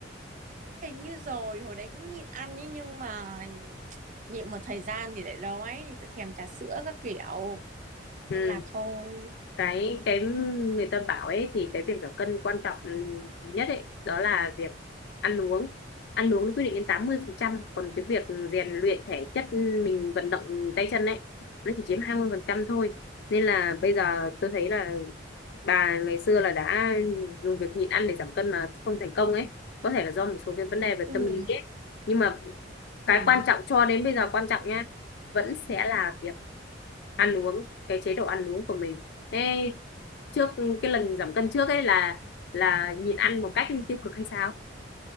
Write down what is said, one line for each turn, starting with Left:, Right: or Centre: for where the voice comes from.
Right: hình như rồi hồi đấy cũng nhịn ăn ấy nhưng mà nhịn một thời gian thì lại đói thì thèm trà sữa các kiểu
Left: ừ
Right: nên là thôi
Left: cái cái người ta bảo ấy thì cái việc giảm cân quan trọng nhất ấy đó là việc ăn uống ăn uống nó quyết định đến tám mươi phần trăm còn cái việc rèn luyện thể chất mình vận động tay chân ấy nó chỉ chiếm 20% thôi nên là bây giờ tôi thấy là bà ngày xưa là đã dùng việc nhịn ăn để giảm cân mà không thành công ấy có thể là do một số cái vấn đề về
Right: ừ
Left: tâm lý ấy nhưng mà cái
Right: ừ
Left: quan trọng cho đến bây giờ quan trọng nha vẫn sẽ là việc ăn uống cái chế độ ăn uống của mình Thế trước cái lần giảm cân trước ấy là là nhịn ăn một cách tiêu cực hay sao?